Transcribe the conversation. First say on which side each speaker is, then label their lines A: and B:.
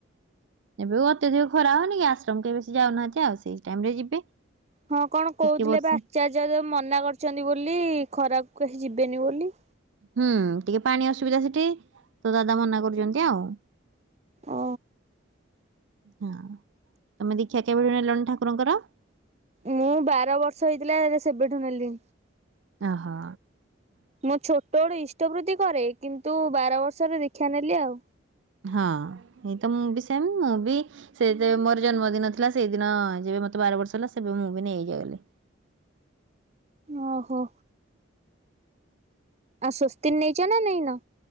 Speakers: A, on the right; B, on the right.
A: ଏବେ ଅତ୍ୟଧିକ ଖରା ହନି କି ଆଶ୍ରମ କେବେ ଯାଉନାହାନ୍ତି ଆଉ ସେଇ ଟାଇମ ରେ ଯିବେ
B: ହଁ କଣ
A: ଟିକେ
B: କହୁଥିଲେ
A: ବର୍ଷା
B: ଏବେ ଆଚାର୍ଯ୍ୟ ମନା କରିଛନ୍ତି ବୋଲି ଖରା କେହି ଯିବେନି ବୋଲି
A: ହୁଁ ଟିକେ ପାଣି ଅସୁବିଧା ସେଠି ତ ଦାଦା ମନା କରୁଛନ୍ତି ଆଉ
B: ଓ
A: ହଁ ତମେ ଦେଖା କେବେଠ ନେଲଣି ଠାକୁରଙ୍କର
B: ମୁଁ ବାର ବର୍ଷ ହେଇଥିଲା ସେବେଠୁ ନେଲି
A: ଅ ହୋ
B: ମୋ ଛୋଟ ବୋଡେ ଇଷ୍ଟ ତ ବୃତ୍ତି କରେ କିନ୍ତୁ ବାର ବର୍ଷର ଦୀକ୍ଷା ନେଲି ଆଉ
A: ହଁ ଏଇତ ମୁଁ ବି ସେମ ମୁଁ ବି ସେ ମୋର ଜନ୍ମଦିନ ଥିଲା ସେଇଦିନ ଯେବେ ମତେ ବାର ବର୍ଷ ହେଲା ସେବେ ମୁଁ ବି ନେଇଯାଇଗଲି
B: ଓହୋ ଆଉ ସଵସ୍ତି ନେଇାଇଛ ନା ନାଇଁ ନା